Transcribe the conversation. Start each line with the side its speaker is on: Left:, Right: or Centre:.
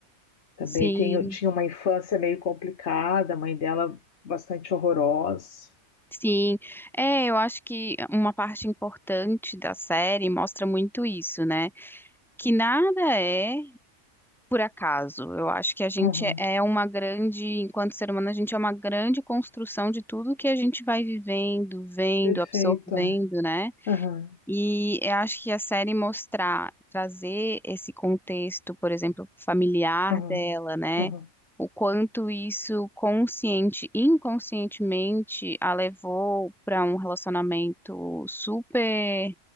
Left: também
Centre: Sim,
Left: tem, tinha uma infância meio complicada, a mãe dela bastante horrorosa.
Centre: sim. É, eu acho que uma parte importante da série mostra muito isso, né? Que nada é por acaso. Eu acho que a gente
Left: Aham,
Centre: é uma grande, enquanto ser humano, a gente é uma grande construção de tudo que a gente vai vivendo, vendo,
Left: perfeito,
Centre: absorvendo,
Left: é.
Centre: né?
Left: Aham,
Centre: E eu acho que a série mostrar, trazer esse contexto, por exemplo, familiar
Left: aham,
Centre: dela, né?
Left: aham,
Centre: O quanto isso consciente e inconscientemente a levou para um relacionamento super